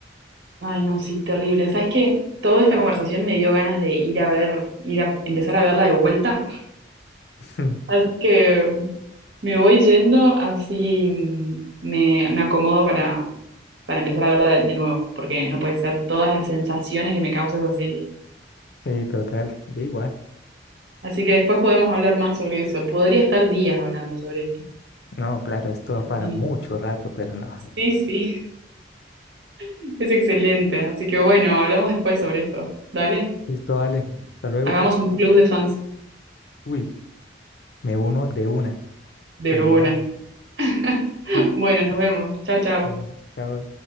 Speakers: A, on the right; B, on the left.
A: Ay, no, sí, terrible. ¿Sabes qué? Toda esta conversación me dio ganas de ir a ver, ir a empezar a verla de vuelta.
B: <laughs>
A: Así que me voy yendo, así mm, me, me acomodo para, para empezar a verla de, de nuevo, porque no puede ser todas las sensaciones que me causa esa serie.
B: Sí, total, da igual.
A: Así que después podemos hablar más sobre eso. Podría estar días hablando sobre esto.
B: No, claro, esto va para
A: Sí,
B: mucho rato, pero no.
A: sí, <laughs> es excelente. Así que bueno, hablamos después sobre esto. Dale,
B: Listo, vale. Hasta luego.
A: hagamos un club de fans
B: Uy, me uno de una,
A: de
B: sin
A: una.
B: dudarlo.
A: <laughs>
B: <laughs>
A: Bueno, nos vemos. Chao, chao.
B: Bueno, Chao.